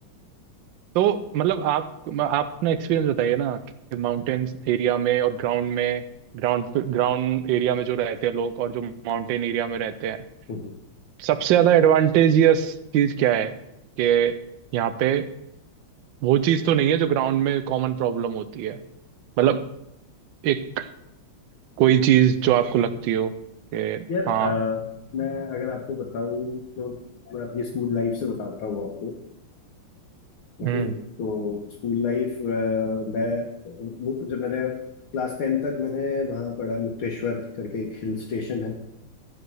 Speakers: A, on the right (about 70°); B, on the left (about 75°).
A: तो मतलब आप आप अपना एक्सपीरियंस बताइए ना कि माउंटेन्स एरिया में और ग्राउंड में ग्राउंड ग्राउंड एरिया में जो रहते हैं लोग और जो माउंटेन एरिया में रहते हैं
B: हम्म।
A: सबसे ज्यादा एडवांटेजियस चीज क्या है कि यहाँ पे वो चीज तो नहीं है जो ग्राउंड में कॉमन प्रॉब्लम होती है मतलब एक कोई चीज जो आपको लगती हो कि
B: यार अ,
A: हाँ
B: मैं अगर आपको बताऊँ तो मैं अपनी स्कूल लाइफ से बताता हूँ आपको। ओके
A: हम्म
B: तो स्कूल लाइफ मैं मुझे जब मैंने क्लास टेन तक मैंने वहाँ पढ़ा मुक्तेश्वर करके एक हिल स्टेशन है